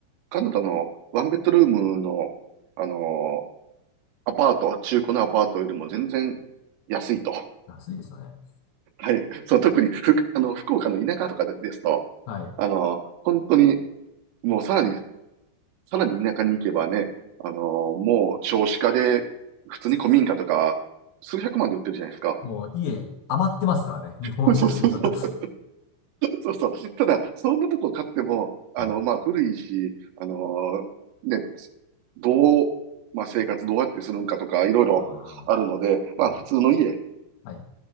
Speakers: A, on the right; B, on the left.
A: カナダのワンベッドルームの、あの、アパート、中古のアパートよりも全然安いと。
B: 安いですよね。
A: はい。その特にふあの、福岡の田舎とかですと、
B: はい。
A: あの、本当に、もうさらに、さらに田舎に行けばね、あの、もう少子化で、普通に古民家とか、
B: そうです。
A: 数百万で売ってるじゃないですか。
B: もう家余ってますからね、<laughs> 日本社会は
A: <laughs> そうそうそう。
B: <laughs>
A: そうそう。ただ、そんなとこ買っても、あの、
B: うん。
A: まあ、古いし、あの、ね、どう、まあ、生活どうやってするんかとか、いろいろあるので、
B: あーはい。
A: まあ、普通の家
B: はい。